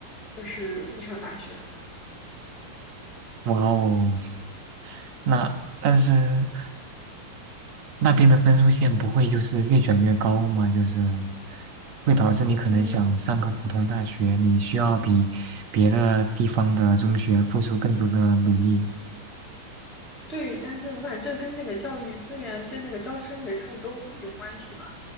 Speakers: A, in the centre; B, on the right.
A: 就是四川大学。
B: 哇哦，那但是那边的分数线不会就是越卷越高吗？就是会导致你可能想上个普通大学，
A: 嗯，
B: 你需要比别的地方的中学付出更多的努力。
A: 对，但是我感觉这跟那个教育资源跟那个招生人数都有关系吧，